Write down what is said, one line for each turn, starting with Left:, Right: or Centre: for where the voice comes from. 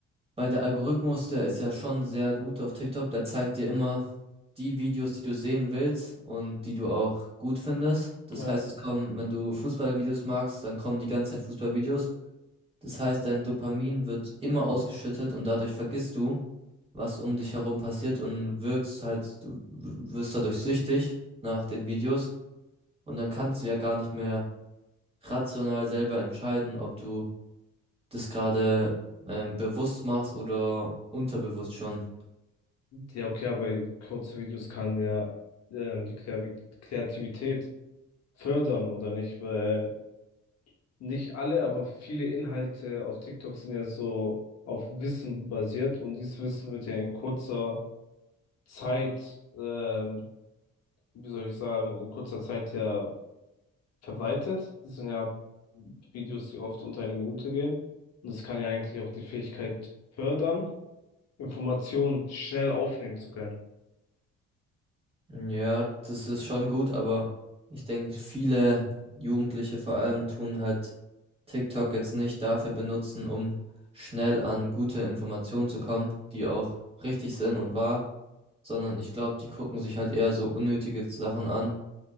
Right: Weil der Algorithmus, der ist ja schon sehr gut auf TikTok, der zeigt dir immer die Videos, die du sehen willst und die du auch gut findest. Das
Left: Ja.
Right: heißt, es kommen, wenn du Fußballvideos magst, dann kommen die ganze Zeit Fußballvideos. Das heißt, dein Dopamin wird immer ausgeschüttet und dadurch vergisst du, was um dich herum passiert und wirkst halt, du wirst dadurch süchtig nach den Videos und dann kannst du ja gar nicht mehr rational selber entscheiden, ob du das gerade ähm, bewusst machst oder unterbewusst schon.
Left: Ja, okay, aber kurze Videos kann ja ähm, die Kreavi- Kreativität fördern, oder nicht? Weil nicht alle, aber viele Inhalte auf TikTok sind ja so auf Wissen basiert und dieses Wissen wird ja in kurzer Zeit, ähm, wie soll ich sagen, in kurzer Zeit ja verwaltet. Das sind ja Videos, die oft unter eine Minute gehen. Und das kann ja eigentlich auch die Fähigkeit fördern, Informationen schnell aufnehmen zu können.
Right: Ja, das ist schon gut, aber ich denke, viele Jugendliche vor allem tun halt TikTok jetzt nicht dafür benutzen, um schnell an gute Informationen zu kommen, die auch richtig sind und wahr, sondern ich glaube, die gucken sich halt eher so unnötige Sachen an,